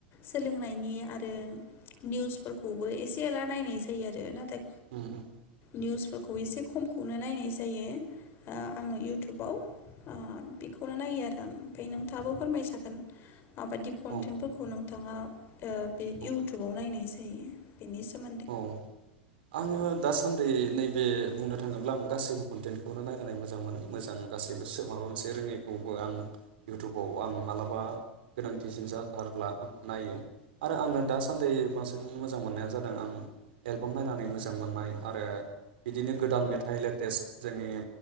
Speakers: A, on the left; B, on the right.
A: सोलोंनायनि आरो निउसफोरखौबो एसे से एला नायनाय जायो आरो नाथाय
B: उम उम
A: निउसफोरखौ एसे खमखौनो नायनाय जायो ओ आङो इउटुबाव ओ बेखौनो नायो आरो आं ओमफाय नों थाङाबो फोरमायजागोन माबायदि कन्टेटेनफोरखौ
B: औ
A: नोंथाङा ओ बे
B: औ
A: इउटुबाव नायनाय जायो बेनि सोमो
B: औ आङो दासान्दै नैबे बुंनो थाङोब्ला आं गासैबो कनटेनखौनो नायनानै मोजां मोनो मोजां गासैबो माबा मोनसे रोङैखौबो आं इउटुबाव आं मालाबा गोनांथिसिन जाथारब्ला आं नायो आरो आङो दासान्दै बांसिन मोजां मोननाया जादों आं एलबाम नायनानै मोजां मोननाय आरो बिदिनो गोदान मेथाइ लेटेस्ट जोंनि